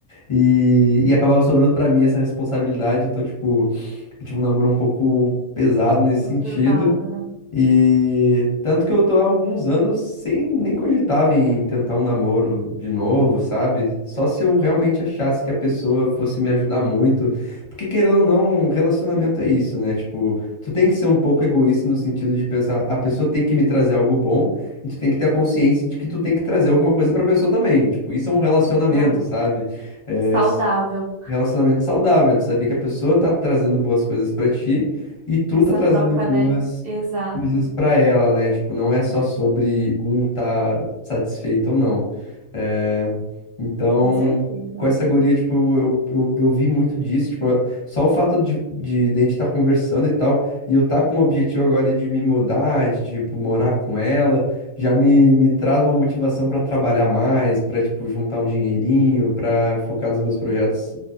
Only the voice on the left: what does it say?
E, e acabava sobrando pra mim essa responsabilidade. Então, tipo, eu tive um namoro um pouco pesado nesse
sentido.
E tanto que eu tô há alguns anos sem nem cogitava em tentar um namoro de novo, sabe? Só se eu realmente achasse que a pessoa fosse me ajudar muito. Porque querendo ou não, relacionamento é isso, né? Tipo, tu tem que ser um pouco egoísta no sentido de pensar, a pessoa tem que me trazer algo bom e tu tem que ter a consciência de que tu tem que trazer alguma coisa pra pessoa também. Tipo, isso é um relacionamento,
sabe? É,
Relacionamento saudável, tu saber que a pessoa tá trazendo boas coisas pra ti e tu
tá trazendo
boas
coisas pra ela, né? Tipo, não é só sobre um tá satisfeito ou não. É, Então,
com essa guria, tipo, eu, eu, eu vi muito disso, tipo, só o fato de, de, de a gente estar conversando e tal, e eu tá com o objetivo agora de me mudar, de, tipo, morar com ela, já me, me traz uma motivação pra trabalhar mais, pra tipo juntar um dinheirinho, pra focar nos meus projetos